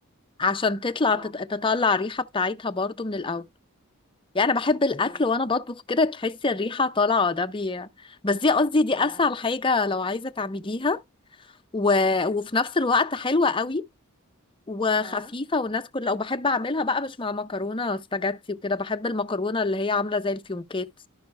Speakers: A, on the left; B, on the right.
A: عشان تطلع
B: اه
A: تت- تطلع الريحه بتاعتها برضو من الاول يعني انا بحب
B: اوكي
A: الاكل وانا بطبخ كده تحسي الريحه طالعه ده بي... بس دي قصدي دي
B: اه
A: اسهل حاجه لو عايزه تعمليها و...
B: اه
A: وفي نفس الوقت حلوه قوي وخفيفه
B: اه
A: والناس كلها وبحب اعملها بقى مش مع مكرونه سباجيتي وكده بحب المكرونه اللي هي عامله زي الفيونكات